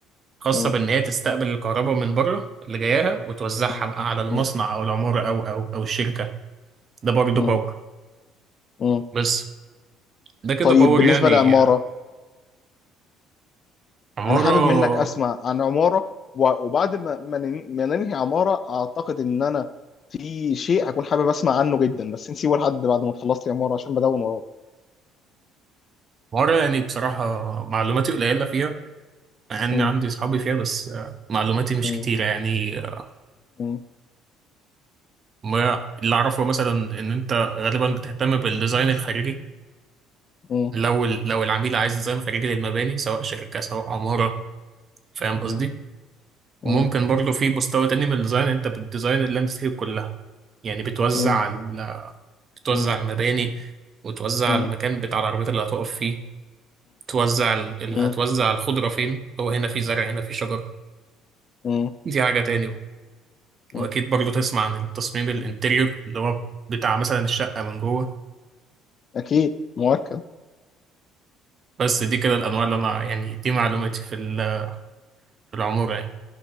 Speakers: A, on the right (about 45°); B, on the left (about 45°).
A: خاصة
B: مم.
A: بإن هي تستقبل الكهرباء من بره اللي جاياها وتوزعها
B: مم.
A: بقى على المصنع
B: مم.
A: أو العمارة أو أو أو الشركة ده برضه
B: مم.
A: باور
B: مم.
A: بس ده كده
B: طيب
A: باور
B: بالنسبه
A: يعني
B: للعماره
A: عمارة
B: انا حابب منك اسمع عن عماره و- وبعد ما ما نن- ما ننهي عماره اعتقد ان انا في شيء هكون حابب اسمع عنه جدا بس نسيبه لحد بعد ما تخلص لي عماره عشان بدون وراك
A: عمارة يعني بصراحة معلوماتي قليلة فيها يعني
B: م-
A: عندي أصحابي فيها بس آه، معلوماتي مش
B: م-
A: كتيرة يعني آه،
B: م-
A: ما اللي أعرفه مثلا إن أنت غالبا بتهتم بالديزاين الخارجي
B: م-
A: لو ال- لو العميل عايز ديزاين خارجي للمباني سواء شركة سواء عمارة فاهم قصدي
B: م- م-
A: وممكن برضه في مستوى تاني من الديزاين أنت بتديزاين اللاندسكيب كلها يعني بتوزع
B: م-
A: ال- بتوزع
B: م- م-
A: المباني وتوزع
B: م-
A: المكان بتاع العربيات اللي هتقف فيه توزع ال... ال-
B: م-
A: هتوزع الخضرة فين اللي هو هنا في زرع هنا في شجر
B: م-
A: دي حاجة تاني بقى.
B: م-
A: وأكيد برضو تسمع عن التصميم الانتريور اللي هو بتاع مثلا الشقة من جوه
B: اكيد مؤكد
A: بس دي كده الأنواع اللي أنا يعني دي معلوماتي في ال- في العمارة يعني